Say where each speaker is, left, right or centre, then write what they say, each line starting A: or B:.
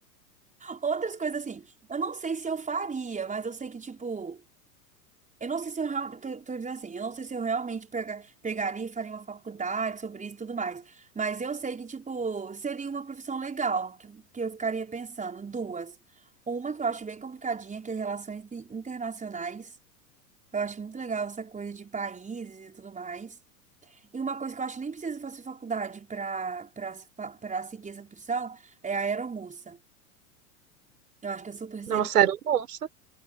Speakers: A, on the right (about 15°); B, on the right (about 75°).
A: Outras coisas assim. Eu não sei se eu faria, mas eu sei que, tipo. Eu não sei se eu realmente. Tô, tô dizendo assim. Eu não sei se eu realmente pega, pegaria e faria uma faculdade sobre isso e tudo mais. Mas eu sei que, tipo. Seria uma profissão legal. Que, que eu ficaria pensando. Duas. Uma que eu acho bem complicadinha, que é relações internacionais. Eu acho muito legal essa coisa de países e tudo mais. E uma coisa que eu acho que nem precisa fazer faculdade para para seguir essa profissão é a aeromoça. Eu acho que eu super seria.
B: Nossa, era um monstro.